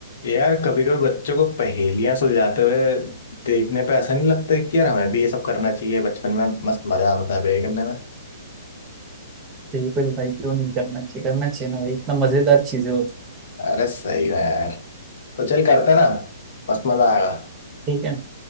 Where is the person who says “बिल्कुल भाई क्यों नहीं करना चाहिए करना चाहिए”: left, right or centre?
Right